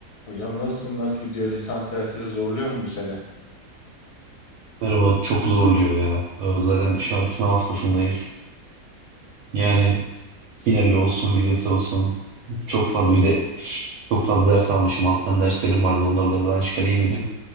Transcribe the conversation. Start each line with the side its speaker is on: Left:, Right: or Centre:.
Left: Hocam nasılsın? Nasıl gidiyor? Lisans dersleri zorluyor mu bu sene?
Right: Merhaba çok zorluyor ya. Ee, Zaten şu an sınav haftasındayız. Yani finali olsun, vizesi olsun. Çok fazla bir de çok fazla ders almışım. Alttan derslerim vardı. Onları da aradan çıkarayım dedim.